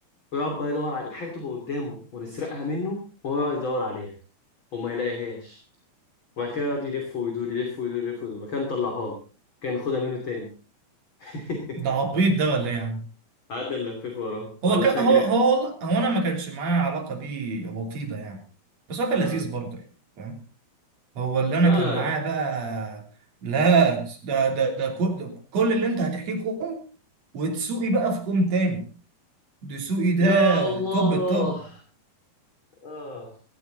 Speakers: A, on the left; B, on the right.
A: ويقعد بقى يدور على الحاجة تبقى قدامه ونسرقها منه وهو يقعد يدور عليها وما يلاقيهاش وبعد كده يقعد يلف ويدور يلف ويدور يلف ويدور كان طلعها له كان ياخدها منه تاني <laughs>
B: <laughs> ده عبيط ده ولا ايه يا عم
A: قعدنا نلفف وراه
B: هو
A: ولا
B: ك...
A: فاكر
B: هو هو
A: احنا
B: والله- هو انا ما كانش معايا علاقه بيه وطيده يعني بس هو كان
A: آه.
B: لذيذ برضه يعني فاهم هو اللي انا
A: لا
B: كان
A: لا
B: معاه بقى لا ده ده ده كل, ده كل اللي انت هتحكيه كوم وتسوقي بقى في كوم تاني دسوقي ده
A: يا الله
B: توب التوب
A: اه